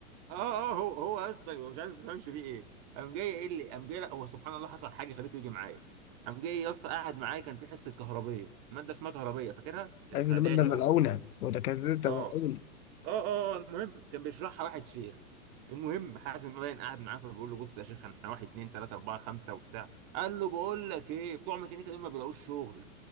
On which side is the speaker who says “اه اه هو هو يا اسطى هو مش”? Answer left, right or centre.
Right